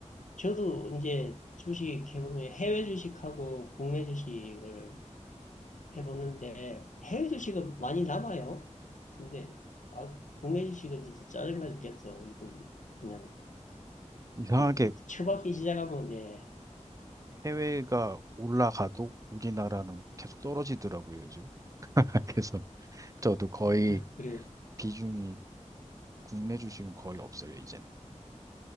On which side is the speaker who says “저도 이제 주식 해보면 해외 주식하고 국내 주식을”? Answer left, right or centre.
Left